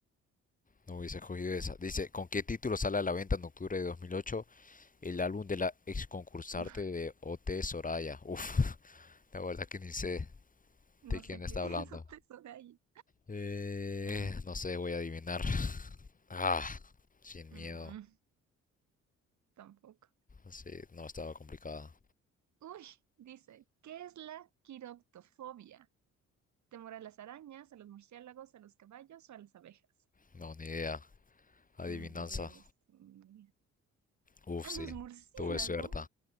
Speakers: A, on the left; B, on the right.
A: No hubiese cogido esa. Dice, ¿con qué título sale a la venta en octubre de 2008 el álbum de la ex concursante
B: <laughs>
A: de OT Soraya? Uf, <laughs> la verdad que ni sé
B: No
A: de quién
B: sé
A: está
B: qué es
A: hablando.
B: <laughs> te de ahí.
A: Eh,
B: Mm,
A: no sé, voy a adivinar. Ah, sin
B: mm,
A: miedo.
B: tampoco.
A: Sí, no, estaba complicada.
B: Uy, dice, ¿qué es la quiroptofobia? ¿Temor a las arañas, a los murciélagos, a los caballos o a las abejas?
A: No, ni idea. Adivinanza.
B: Eh, yo voy a decir,
A: Uf,
B: a
A: sí.
B: los murciélagos.
A: Tuve suerte.